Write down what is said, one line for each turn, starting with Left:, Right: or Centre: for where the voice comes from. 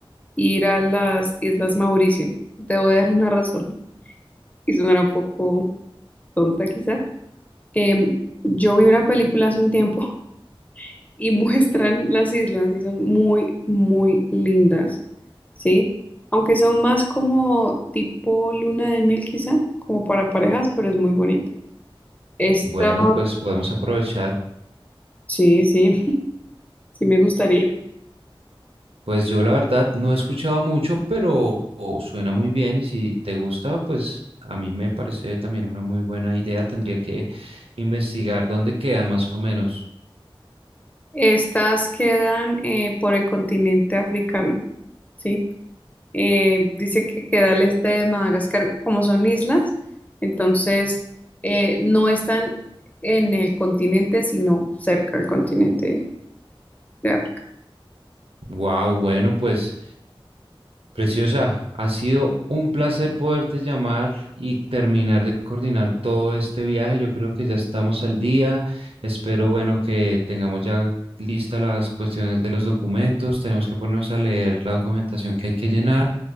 Left: ir a las Islas Mauricio. Te voy a dar una razón y sonará un poco. tonta quizá, em, yo vi una película hace un tiempo <laughs> y muestran las islas y son muy, muy lindas, ¿sí? Aunque son más como tipo luna de miel quizá, como para parejas, pero es muy bonito. Esta,
Right: Bueno, pues podemos aprovechar.
Left: sí, sí, <laughs> sí me gustaría.
Right: Pues yo la verdad no he escuchado mucho, pero oh, suena muy bien y si te gusta, pues a mí me parece también una muy buena idea. Tendría que investigar dónde quedan más o menos.
Left: Estas quedan eh, por el continente africano, ¿sí? Eh, dice que queda al este de Madagascar, como son islas, entonces eh, no están en el continente, sino cerca del continente de África.
Right: Wow, bueno, pues... Preciosa, ha sido un placer poderte llamar y terminar de coordinar todo este viaje. Yo creo que ya estamos al día. Espero, bueno, que tengamos ya listas las cuestiones de los documentos. Tenemos que ponernos a leer la documentación que hay que llenar,